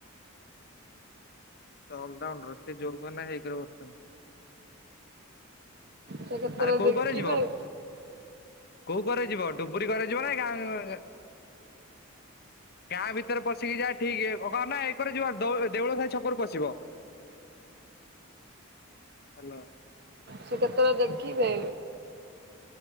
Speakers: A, on the left; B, on the right.
A: ସେ ଅଲରାଉଣ୍ଡର ସେ ଯଉ କରେ ନାଇ ହେଇ କରେ ବସୁଛନ୍ତି।
B: ସେ କେତେବେଳେ
A: ଆରେ କୋଉ
B: ଦେଖିବେ
A: କରେ ଯିବ କୋଉ କରେ ଯିବ ଡୁବୁରି କରେ ଯିବ ନା ଗାଁ। <unintelligible> ଗାଁ ଭିତରେ ପଶିକି ଯାଅ ଠିକ୍ ଏ ହେବ ନା ଏକରେ ଯିବ ନା ଦଉ ଦେଉଳ ସାହି ଛକରୁ ପଶିବ। ହାଲୋ।
B: ସେ କେତେବେଳେ ଦେଖିବେ?